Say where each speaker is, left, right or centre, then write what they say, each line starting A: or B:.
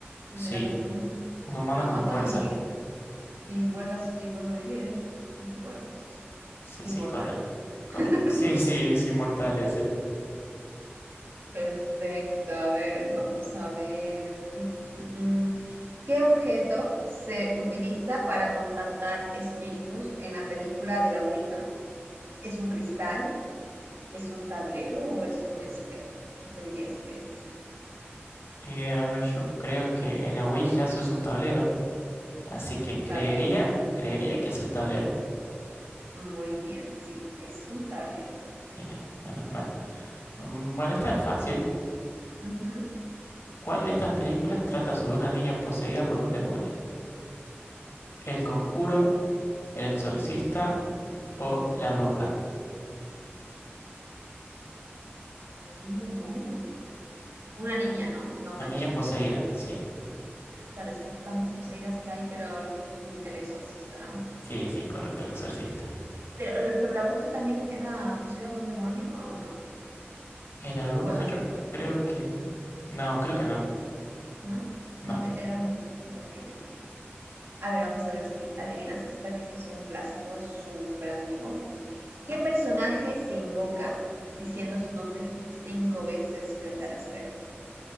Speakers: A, on the right (about 70°); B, on the left (about 75°).
A: Entonces
B: Sí,
A: era casi lo mismo.
B: un humano
A: Que lo
B: con
A: matan
B: fuerza.
A: y, y vuelve a, s- y vuelve a vivir, ¿eh? Bueno, pues eso.
B: Sí,
A: Inmortal.
B: sí, correcto, correcto.
A: <laughs>
B: Sí, sí, es inmortal ese.
A: Perfecto, a ver, vamos a ver. Mm, mm, mm, mm. ¿Qué objeto se utiliza para contactar espíritus en la película de la Ouija? ¿Es un cristal? ¿Es un tablero o es un espejo? ¿Tú qué dirías que es?
B: Eh, a ver, yo creo que en la Ouija se usa un tablero. Así que
A: Un
B: creería,
A: tablero.
B: creería que es el tablero.
A: Muy bien, sí, es un tablero.
B: Bien, menos mal. Mm, Bueno, esta es fácil.
A: Ujú.
B: ¿Cuál de estas películas trata sobre una niña poseída por un demonio? ¿El Conjuro, El Exorcista o La Bruja?
A: Un demonio. Una niña, ¿no? No
B: Una
A: una
B: niña
A: chica.
B: poseída, sí.
A: Claro, es que tantas poseídas que hay, pero mm, el exorcista, ¿no?
B: Sí, sí, correcto, el exorcista.
A: Pero, pero la bruja también era poseída por un demonio, ¿o no?
B: Eh, la bruja,
A: Guadalajara,
B: yo creo que... No, creo que no.
A: ¿no?
B: No.
A: No, a ver, era un... Ok, ok. A ver, vamos a ver si adivinas esta, que este es un clásico súper antiguo. ¿Qué personaje se invoca diciendo su nombre cinco veces frente al espejo?